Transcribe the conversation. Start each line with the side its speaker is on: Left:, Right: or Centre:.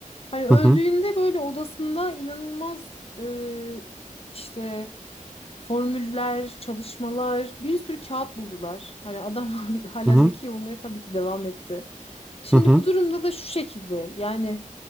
Left: Hani öldüğünde
Centre: Hı hı.
Left: böyle odasında inanılmaz e, işte formüller, çalışmalar, bir sürü kağıt buldular. Hani adam <laughs> hala
Centre: Hı hı.
Left: zeki olmaya tabii ki devam etti. Şimdi
Centre: Hı hı.
Left: bu durumda da şu şekilde yani